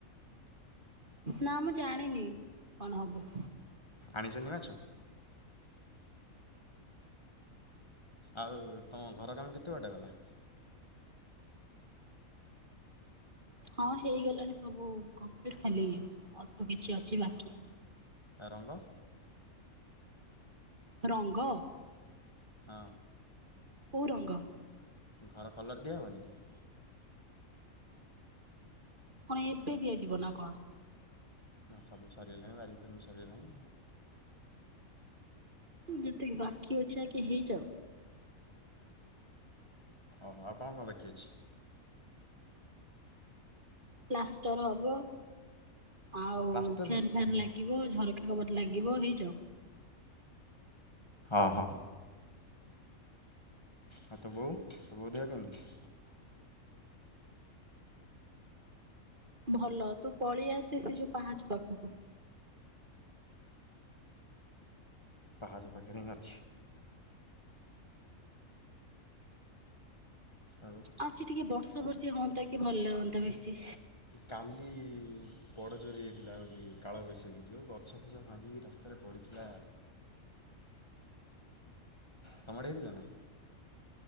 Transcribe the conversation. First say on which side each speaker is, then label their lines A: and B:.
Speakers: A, on the right; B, on the left.
A: ନା ମୁଁ ଜାଣିନି କଣ ହବ?
B: ଆଣିଛନ୍ତି ମାଛ। ଆଉ ତମ ଘର କାମ କେତେ ବାଟ ଗଲା?
A: ହଁ ହେଇଗଲାଣି ସବୁ କମ୍ପ୍ଲିଟ୍ ଖାଲି ଅଳ୍ପ କିଛି ଅଛି ବାକି।
B: ଆଉ ରଙ୍ଗ।
A: ରଙ୍ଗ।
B: ହଁ।
A: କଉ ରଙ୍ଗ?
B: ଘର କଲର୍ ଦିଆହେବନି କି?
A: କଣ ଏବେ ଦିଆଯିବ ନା କଣ?
B: ନ ସବୁ ସରି ଗଲାଣି ୱାରିଙ୍ଗ ଫାରିଙ୍ଗ ସରିଗଲାଣି।
A: ଯେତିକି ବାକି ଅଛି ଆଗେ ହେଇଯାଉ।
B: ଓହୋ ଆଉ କଣ କଣ ବାକି ଅଛି?
A: ପ୍ଲାଷ୍ଟର ହବ ଆଉ ଫ୍ୟାନ
B: ପ୍ଲାଷ୍ଟର ହିଁ
A: ଫ୍ୟାନ୍
B: ଓହୋ।
A: ଲାଗି ଲାଗିବ ଝରକା କବାଟ ଲାଗିବ ହେଇଯାଉ।
B: ଓ ହ। ଆଉ ତୋ ବୋଉ ତୋ ବୋଉ ଦେହ କେମିତି।
A: ଭଲ ତୁ ପଳେଇ ଆସେ ସେ ଯୋଉ ପାହାଚ ପାଖକୁ।
B: ପହାଚ ପାଖରେ ହିଁ ଅଛି। ଆଉ।
A: ଆଜି ଟିକେ ବର୍ଷା ବର୍ଷୀ ହଅନ୍ତା କି ଭଲ ଲାଗନ୍ତା ବେଶୀ।
B: କାଲି ବଡ ଜୋରେ ହେଇଥିଲା ହଉଚି କାଳବୈଶାଖୀ ଯୋଉ ଗଛ ଫଛ ଭାଙ୍ଗିକି ରାସ୍ତାରେ ପଡିଥିଲା। ତମ ଆଡେ ହେଇଥିଲା ନା।